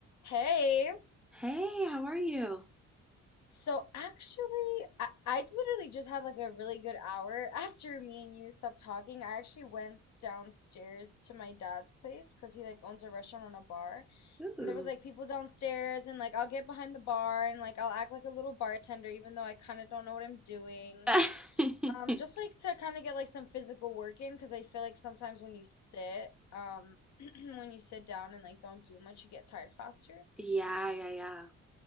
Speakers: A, on the left; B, in the centre.
A: Hey,
B: Hey, how are you?
A: so actually, I, I literally just had like a really good hour after me and you stopped talking. I actually went downstairs to my dad's place because he like owns a restaurant and a bar.
B: Ooh.
A: And there was like people downstairs, and like I'll get behind the bar and like I'll act like a little bartender, even though I kind of don't know what I'm doing.
B: <laughs>
A: Um, just like to kind of get like some physical work in because I feel like sometimes when you sit, um, <clears throat> when you sit down and like don't do much, you get tired faster.
B: Yeah, yeah, yeah.